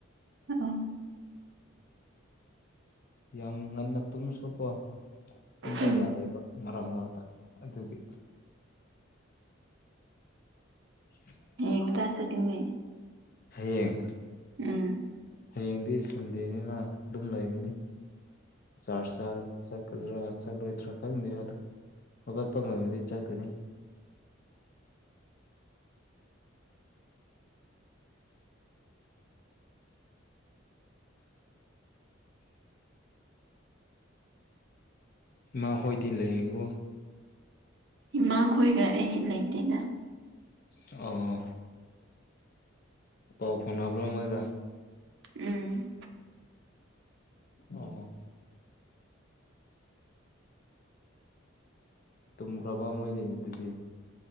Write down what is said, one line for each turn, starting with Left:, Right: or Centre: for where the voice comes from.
Right: ꯑ ꯑꯣ꯫
Left: ꯌꯥꯝ ꯉꯟꯅ ꯇꯨꯝꯃꯥꯁꯨꯀꯣ ꯇꯨꯝꯕ
Right: ꯎꯝ
Left: ꯌꯥꯗꯦꯕ ꯃꯔꯛ ꯃꯔꯛꯇ꯫ ꯑꯗꯨꯒꯤ꯫ <unintelligible>
Right: ꯍꯌꯦꯡ ꯀꯗꯥꯏ ꯆꯠꯀꯅꯤ꯫
Left: ꯍꯌꯦꯡ꯫
Right: ꯎꯝ꯫
Left: ꯍꯌꯦꯡꯗꯤ ꯁꯟꯗꯦꯅꯤꯅ ꯑꯗꯨꯝ ꯂꯩꯒꯅꯤ ꯆꯔꯁ ꯆꯔ ꯆꯠ꯫ ꯀꯔꯤꯔꯥ ꯆꯠꯂꯣꯏꯗ꯭ꯔꯥ ꯈꯪꯗꯦ ꯑꯗꯣ ꯍꯧꯒꯠꯄ ꯉꯝꯃꯗꯤ ꯆꯠꯀꯅꯤ꯫ ꯏꯃꯥ ꯍꯣꯏꯗꯤ ꯂꯩꯔꯤꯕꯣ꯫
Right: ꯏꯃꯥ ꯈꯣꯏꯒ ꯑꯩ ꯂꯩꯇꯦꯗ꯫
Left: ꯑꯣ꯫ ꯄꯥꯎ ꯐꯥꯎꯅꯕ꯭ꯔꯣ ꯃꯣꯏꯒ꯫
Right: ꯎꯝ꯫
Left: ꯑꯣ꯫ ꯇꯨꯝꯈ꯭ꯔꯕꯣ ꯃꯣꯏꯗꯤ ꯑꯗꯨꯗꯤ꯫